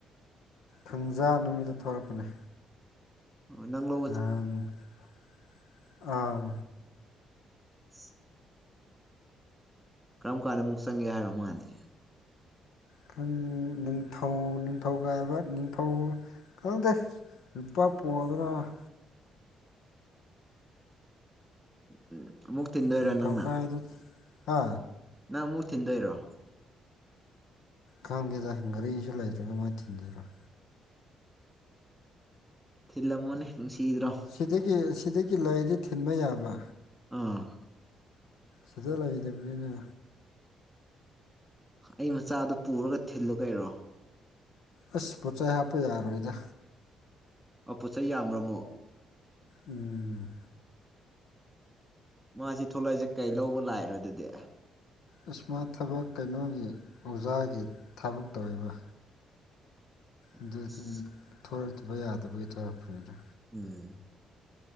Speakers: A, on the left (about 80°); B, in the centre.
A: ꯊꯪꯖꯥ ꯅꯨꯃꯤꯠꯇ ꯊꯣꯔꯛꯄꯅꯦ
B: ꯑꯣ ꯅꯪ <unintelligible>
A: <unintelligible> ꯑꯥꯎ
B: <inaudible> ꯀꯔꯝ ꯀꯥꯟꯗ ꯑꯃꯨꯛ ꯆꯪꯒꯦ ꯍꯥꯏꯅꯣ ꯃꯥꯗꯤ
A: ꯈꯪ ꯅꯤꯡꯊꯧ ꯅꯤꯡꯊꯧꯒꯥꯏꯕ ꯅꯤꯡꯊꯧ ꯈꯪꯗꯦ ꯅꯨꯄꯥ <unintelligible>
B: ꯎꯝ ꯑꯃꯨꯛ ꯊꯤꯟꯗꯣꯏꯔꯣ
A: ꯅꯤꯡꯊꯧꯀꯥꯗꯨ
B: ꯅꯪꯅ
A: ꯍꯥ
B: ꯅꯪ ꯑꯃꯨꯛ ꯊꯤꯟꯗꯣꯏꯔꯣ
A: ꯈꯪꯗꯦꯗ ꯒꯥꯔꯤꯁꯨ ꯂꯩꯇ꯭ꯔꯒ ꯀꯃꯥꯥꯏ ꯊꯤꯟꯗꯣꯏꯔꯣ
B: ꯊꯤꯜꯂꯝꯃꯣꯅꯦ ꯅꯨꯡꯁꯤꯗ꯭ꯔꯣ
A: ꯁꯤꯗꯒꯤ ꯁꯤꯗꯒꯤ ꯂꯩꯑꯗꯤ ꯊꯤꯟꯕ ꯌꯥꯕ
B: ꯑꯥ
A: ꯐꯖꯅ ꯂꯩꯇꯕꯅꯤꯅꯦ
B: ꯑꯩ ꯃꯆꯥꯗꯨ ꯄꯨꯔꯒ ꯊꯤꯜꯂꯣ ꯀꯩꯅꯣ
A: ꯑꯁ ꯄꯣꯠꯆꯩ ꯍꯥꯞꯄ ꯌꯥꯔꯣꯏꯗ
B: ꯑ ꯄꯣꯠꯆꯩ ꯌꯥꯝꯕ꯭ꯔꯣ ꯑꯃꯨꯛ
A: ꯎꯝ
B: ꯃꯥꯁꯤ ꯊꯣꯛꯂꯛꯏꯁꯦ ꯀꯩ ꯂꯧꯕ ꯂꯥꯛꯏꯔꯣ ꯑꯗꯨꯗꯤ
A: ꯏꯁ ꯃꯥ ꯊꯕꯛ ꯀꯩꯅꯣꯒꯤ ꯑꯣꯖꯥꯒꯤ ꯊꯕꯛ ꯇꯧꯋꯦꯕ ꯑꯗꯨꯗꯨꯟ
B: ꯑꯁ
A: ꯊꯣꯔꯛꯇꯕ ꯌꯥꯗꯕꯒꯤ ꯊꯣꯔꯛꯄꯅꯤꯗ
B: ꯎꯝ